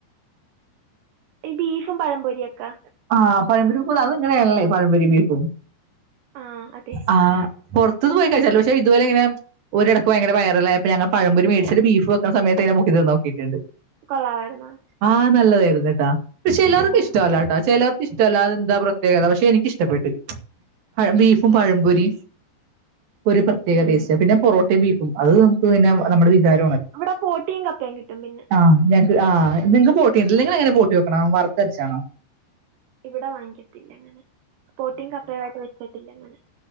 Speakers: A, on the right; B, on the right.
A: ഈ ബീഫും പഴ പൊരിയൊക്കെ
B: ആഹ് പഴമ്പരിക്കുമ്പത് അത് ഇങ്ങളെയല്ലെ പഴമ്പോരിം ബീഫും
A: ആ അതെ
B: ആ പുറത്തന്ന് പോയി കഴാചലോ പക്ഷാ ഇതുപോലെങ്ങനെ ഒരെടക്ക് ഭയങ്കരവയറലായിപ ഞങ്ങ പഴമ്പൊറി മേടിച്ചട്ട് ബീഫ് ഒ ട്ടണ സമയത്തെക്കെ മുക്ക ഇതം നോക്കിട്ടിണ്ട്
A: കൊള്ളാമായിരുന്നോ
B: ആ നല്ലതേര്ന്ന് ട്ടാ പശെ എല്ലാവർക്കും
A: ആ
B: ഇഷ്ടല്ല ട്ടാ ചെലർക്ക് ഇഷ്ടല്ല അതെന്താ പ്രത്യേകത പക്ഷെ എനിക്കിഷ് ഇഷ്ടപ്പെട്ട് ആ ബഫ് പ്പം പഴമ്പപൊരി ഒരു പ്രത്യേക
A: ഉം
B: പേസ്റ്റ പിന്നെ പൊറോട്ടേം ബീഫും അത് നമുക്ക് പിന്നെ നമ്മടെ വിജാരം-
A: ഇവടെ പോട്ടീം കപ്പേം കിട്ടും പിന്നെ-
B: ആഹ് ഞങ്ങക്ക് ആഹ് നിങ്ങ്ക്ക് ബോട്ടിണ്ട്ലെ നിങ്ങളെങ്ങനാ ബോട്ടി വെക്കണേ വറുത്തരച്ചാണോ?
A: ഇവിടെ വാങ്ങ്ക്കത്തില്ലങ്ങനെ പോട്ടീം കപ്പയുവായിട്ട് വെക്ക ത്തില്ലങ്ങനെ-